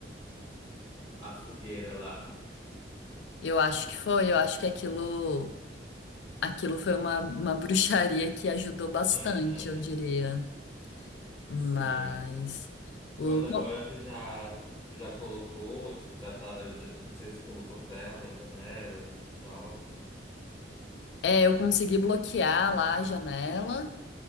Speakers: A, on the left; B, on the left.
A: A fogueira lá.
B: Eu acho que foi, eu acho que aquilo, aquilo foi uma, uma bruxaria que ajudou bastante,
A: <laughs>
B: eu diria. Mas
A: Sim.
B: o,
A: Mas agora
B: co-
A: tu já, tu já colocou, tipo, já tá, já- não sei se colocou tela nas janelas, tal.
B: é, eu consegui bloquear lá a janela.